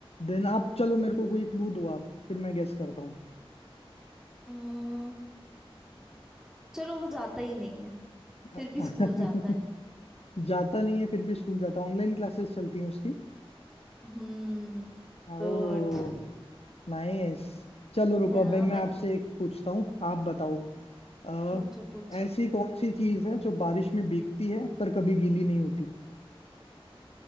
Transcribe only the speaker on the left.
देन आप चलो मेरे को कोई क्लू दो आप फिर मैं गेस करता हूँ
<laughs>
जाता नहीं है फिर भी स्कूल जाता है ऑनलाइन क्लासेस चलती हैं उसकी
ओ
नाइस चलो रुको
अब भाई
मैं आपसे एक पूछता हूँ आप बताओ आ,
ऐसी कौन सी चीज है जो बारिश में भीगती है पर कभी गीली नहीं होती